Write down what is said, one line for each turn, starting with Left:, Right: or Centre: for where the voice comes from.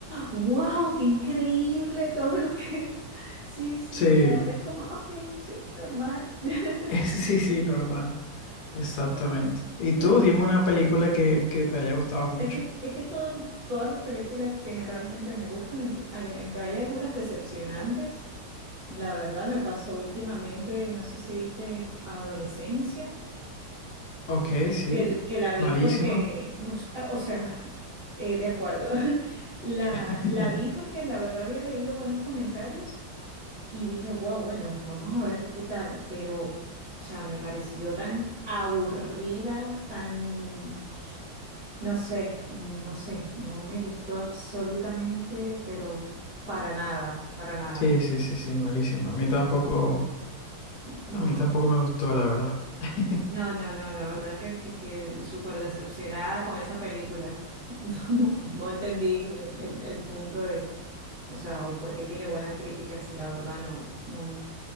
Right: wow, qué increíble todo lo que... <laughs> Sí, sí,
Left: sí,
Right: ahora es como, ok, sí, normal. <laughs>
Left: <laughs> sí, sí, normal. Exactamente.
Right: Pues,
Left: Y
Right: pues,
Left: tú, dime una película que, que te haya gustado mucho.
Right: es que, es que todo- todas las películas generalmente me gustan, aunque hay, aunque hay algunas decepcionantes. La verdad me pasó últimamente, no sé si viste Adolescencia,
Left: Ok, sí,
Right: que, que la vi
Left: malísima.
Right: porque, pues, ah, o sea, <laughs> eh, de acuerdo, <laughs> la,
Left: <laughs>
Right: la vi porque la verdad había leído buenos comentarios y dije, wow, bueno, vamos a ver qué tal, pero, o sea, me pareció tan aburrida, tan, no sé, no sé, no me gustó absolutamente, pero para nada, para nada.
Left: Sí, sí, sí, sí, malísima. A mí tampoco,
Right: No.
Left: a mí tampoco me gustó, la verdad. <laughs>
Right: No, no, no, la verdad que, que, que súper decepcionada con esa película. <laughs> No, no, no entendí el, el- el punto de, o sea, o porque tiene buenas críticas y la verdad no, no,